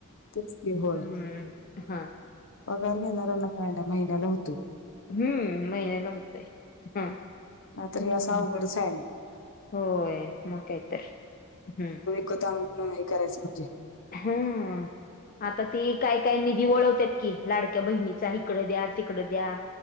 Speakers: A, on the left; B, on the left.
A: तेच की होय.
B: हम्म हा
A: पगार घेणारांना काय नाही महिन्याला हो
B: हम्म, महिन्याला होतय. हम्म
A: नाहीतर
B: हम्म,
A: हे असं अवघडच आहे मग
B: होय मग काही तर. हम्म
A: कत आणून हे करायच म्हणजे
B: हम्म, आता ती काय काय निधी वळवत्यात. की लाडक्या बहिणीचा इकड द्या. तिकड द्या.